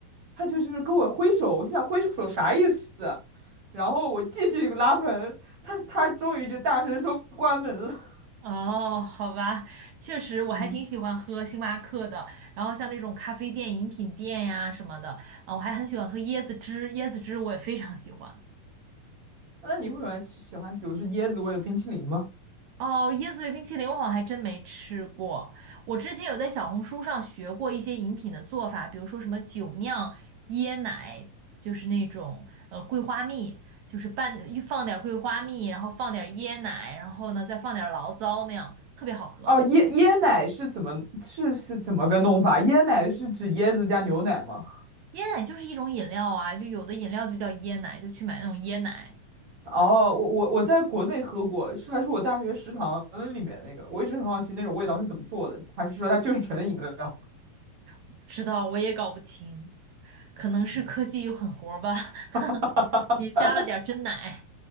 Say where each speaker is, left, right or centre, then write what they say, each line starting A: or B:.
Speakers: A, on the right (about 40°); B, on the right (about 70°).
A: 他就就是跟我挥手，我心想挥手啥意思啊然后我继续拉门，他他终于就大声说关门了。<laughs>
B: 哦，好吧，确实我还挺喜欢喝星巴克的，
A: 嗯，
B: 然后像这种咖啡店、饮品店呀什么的，啊，我还很喜欢喝椰子汁，椰子汁我也非常喜欢。
A: 那你会喜欢喜欢比如说椰子味的冰淇淋吗？
B: 哦，椰子味冰淇淋我好像还真没吃过，我之前有在小红书上学过一些饮品的做法，比如说什么酒酿椰奶，就是那种呃桂花蜜，就是拌放点儿桂花蜜，然后放点儿椰奶，然后呢再放点儿醪糟那样，特别好喝。
A: 哦，椰椰奶是怎么是是怎么个弄法？椰奶是指椰子加牛奶吗？
B: 椰奶就是一种饮料啊，就有的饮料就叫椰奶，就去买那种椰奶。
A: 哦，我我我在国内喝过，是还是我大学食堂里面那个，我一直很好奇那种味道是怎么做的，还是说它就是纯的饮料？
B: 不知道，我也搞不清，可能是科技又狠活儿吧，<laughs>
A: <laughs>
B: 你加了点儿真奶，